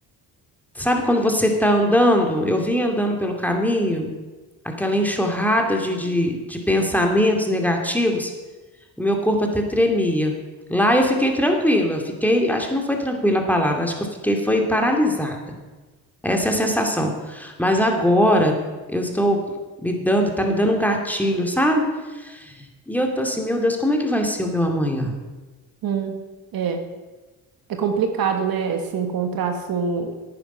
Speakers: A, in the centre; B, on the right.
A: sabe quando você está andando? Eu vim andando pelo caminho aquela enxurrada de, de, de pensamentos negativos, o meu corpo até tremia. Lá eu fiquei tranquila, fiquei, acho que não foi tranquila a palavra, acho que eu fiquei foi paralisada. Essa é a sensação. Mas agora eu estou me dando, tá me dando um gatilho, sabe? E eu tô assim, meu Deus, como é que vai ser o meu amanhã?
B: hum, é, é complicado, né, se encontrar assim,